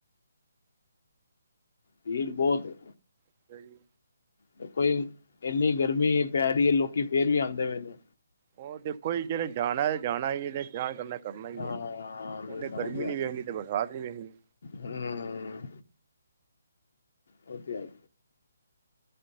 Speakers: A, on the left; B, on the right.
A: ਭੀੜ ਬੋਤ ਏ।
B: ਅੱਛਾ ਜੀ।
A: ਦੇਖੋ ਜੀ, ਇੰਨੀ ਗਰਮੀ ਪੈ ਰੀ ਏ, ਲੋਕੀ ਫੇਰ ਵੀ ਆਂਦੇ ਪਏ ਨੇ।
B: ਉਹ ਦੇਖੋ ਜੀ, ਜਿੰਨੇ ਜਾਨਾ ਏ, ਜਾਨਾ ਈ ਏ ਤੇ ਇਸਨਾਨ ਕਰਨਾ ਕਰਨਾ ਹੀ
A: ਹਾਂ
B: ਐ।
A: ਮੇਰੇ
B: ਓਨੇ
A: ਸਮਝ
B: ਗਰਮੀ ਨੀ
A: ਆ ਗਈ
B: ਵੇਖਨੀ ਤੇ ਬਰਸਾਤ ਨੀ ਵੇਖਨੀ।
A: ਹੂੰ, ਉਹ ਤੇ ਹੈ।